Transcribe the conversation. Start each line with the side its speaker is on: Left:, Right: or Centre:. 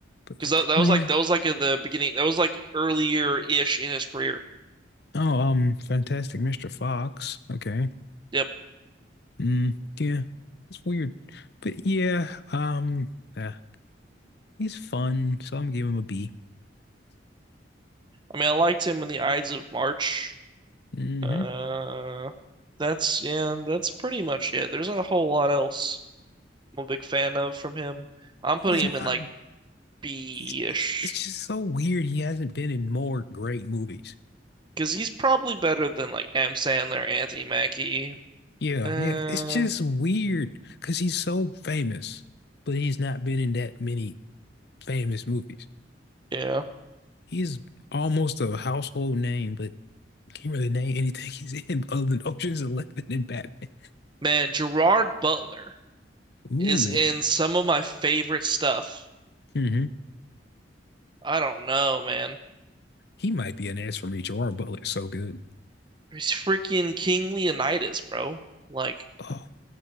Left: but,
Right: because that, that
Left: but
Right: was
Left: he
Right: like
Left: was,
Right: that was like at the beginning, that was like earlier-ish in his career.
Left: oh um, Fantastic Mr. Fox. Okay.
Right: Yep.
Left: Mm, yeah, it's weird, but yeah, um, yeah, he's fun, so I'm gonna give him a B.
Right: I mean, I liked him in The Ides of March.
Left: Mm-hmm.
Right: Uh, that's yeah, that's pretty much it. There's not a whole lot else I'm a big fan of from him. I'm
Left: He's
Right: putting him
Left: not.
Right: in like B-ish
Left: He's, it's just so weird. He hasn't been in more great movies.
Right: because he's probably better than like M. Sandler, Anthony Mackie.
Left: Yeah,
Right: Uh,
Left: yeah, it's just weird because he's so famous, but he's not been in that many famous movies.
Right: yeah,
Left: He's almost a household name, but can't really name anything <laughs> he's in other than Ocean's 11 and Batman.
Right: man, Gerard Butler
Left: Ooh,
Right: is in some of my favorite stuff.
Left: hmm
Right: I don't know, man.
Left: He might be an S for me. Gerard Butler's so good.
Right: He's freaking King Leonidas, bro. Like,
Left: Oh,